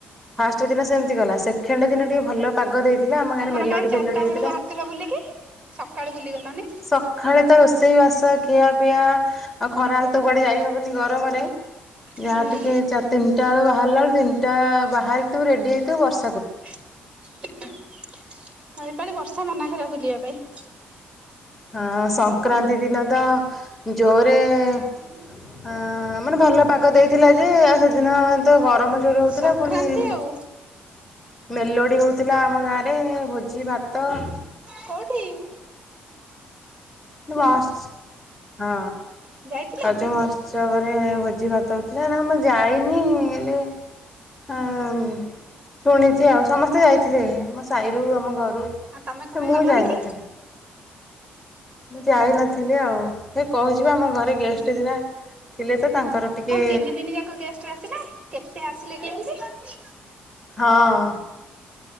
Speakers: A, in the centre; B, on the right.
A: ଫାଷ୍ଟ ଦିନ ସେମିତି ଗଲା ସେକେଣ୍ଡ ଦିନ ଟିକେ ଭଲ ପାଗ ଦେଇ ଥିଲା ଆମ ଗାଁରେ
B: ତମର
A: ମେଲୋଡି
B: କାହିଁ ଚାରିଟା
A: ଫେଲୋଡି ହେଇଥିଲା
B: ବେଳୁ ବାହାରିଥିଲ
A: ।
B: ବୁଲିକି ସକାଳୁ ବୁଲି ଗଲନି
A: ସଖାଳେ ତ ରୋଷେଇବାସ ଖିଆ ପିଆ ଆଉ ଖରାଳେ ତ କୁଆଡେ ଯାଇ ହବନି ଗରମରେ । ଯାହା
B: ହୁଁ
A: ଟିକେ ଚା ତିନିଟା ବେଳ ବାହାରିଲା ବେଳେ ତିନିଟା ବାହାରିଥିବୁ ରେଡି ହେଇଥିବୁ ବର୍ଷା ।
B: ହଁ ଏଇପାଲି ବର୍ଷା ମନା କଲା ବୁଲିବା ପାଇଁ ।
A: ହଁ ସଂକ୍ରାନ୍ତି ଦିନ ତ ଜୋରେ ଅ ମାନେ ଭଲ ପାଗ ଦେଇଥିଲା ଯେ ଆଉ ସେଦିନ ତ ଗରମ ଜୋର ହଉଥିଲା
B: ସଂକ୍ରାନ୍ତି
A: ପୁଣି ।
B: ଆଉ
A: ମେଲୋଡ଼ି ହେଉଥିଲା ଆମ ଗାଁରେ ଭୋଜି ଭାତ ।
B: କଉଠି?
A: ମାସ ହଁ
B: ଯାଇଥିଲୁ
A: ଆଜି ମୋହତ୍ସବ ରେ ଭୋଜି ଭାତ ହଉଥିଲା ନା ମୁଁ ଯାଇନି ହେଲେ ଆଁ ମ୍ ଶୁଣିଛି ଆଉ ସମସ୍ତେ ଯାଇଥିଲେ ଆମ ସାହିରୁ ଆମ ଘରୁ
B: ଆଉ ତମେ କଣ ପାଇଁ
A: ମୁଁ
B: ଗଲନି
A: ଯାଇନଥିଲି
B: କି
A: ମୁଁ ଯାଇନଥିଲି ଆଉ ହେ କହୁଛି ଆମ ଘରେ ଗେଷ୍ଟ
B: ହୁଁ ହୁଁ
A: ଥିଲା। ଥିଲେ ତ ତାଙ୍କର ଟିକେ
B: କଣ ତିନି ଦିନି ଯାକ ଗେଷ୍ଟ ଆସିଲେ କେତେ ଆସିଲେ କି ଏମିତି?
A: ହଁ ।